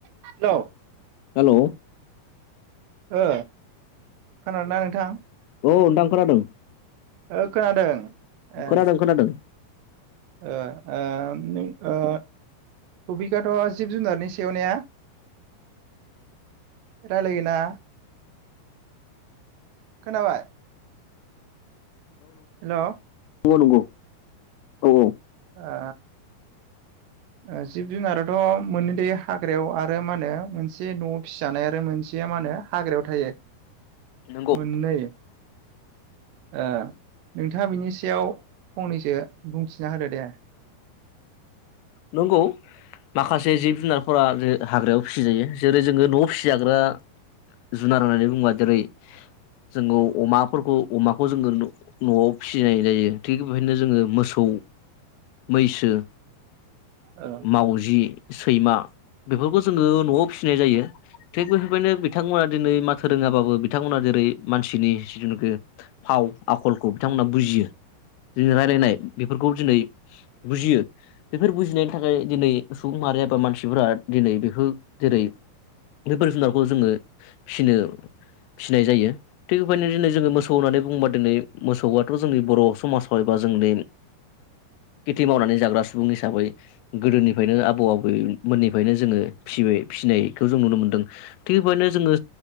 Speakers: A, on the right (about 85°); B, on the left (about 85°).
A: Hello
B: हेल'
A: ओ खोनादों ना नोंथां
B: औ नोंथां खोनादों
A: ओ खोनादों ए
B: खोनादों खोनादों
A: ओ ओ ओ टपिखाथ' जिब जुनारनि सायाव ने रायलायगोन ना खोनाबाय हेलौ
B: नंगौ-नंगौ औ-औ
A: ओ ओ जिब जुनारथ' मोनैथायो हाग्रायाव आरो माहोनो मोनसे न'आव फिजानाय आरो मोनसेया माहोनो हाग्रायाव थायो।
B: नंगौ
A: मोननै ओ नोंथाङा बिनि सायाव फंनैसो बुंथिना होदो दे
B: नंगौ माखासे जिब जुनारफोरा जे हाग्रायाव फिसिजायो जेरै जोङो न'आव फिसिजाग्रा जुनार होननानै बुङोबा जेरै जोंङो अमाफोरखौ अमाखौ जोङो न'आव फिसिनाय जायो थिग बेबायदिनो जोङो मोसौ मैसो।
A: ओ
B: मावजि सैमा बेफोरखौ जोङो न'आव फिसिनाय जायो थिग बेफोरबायनो बिथांमोना दिनै माथो रोङाबाबो बिथांमोना जेरै मानसिनि जिनुखो फाव आखलखौ बिथांमोना बुजियो जिरायलायनाय बेफोरखौ दिनै बुजियो। बेफोर बुजिनायनि थाखाय दिनै सुबुं माहारि एबा मानसिफोरा दिनै बेफोर जेरै बेफोर जुनारखौ जोङो फिनो फिसिनाय जायो थिग बेबायनो दिनै जोङो मोसौ होननानै बुङोबा दिनै मोसौआथ' जोंनि बर' समाजाव एबा जोंनि खेथि मावनानै जाग्रा सुबुं हिसाबै गोदोनिफ्रायनो आबौ आबैमोननिफ्रायनो जोङो फिबाय फिसिनायखौ जों नुनो मोनदों थिग बेबायनो जोङो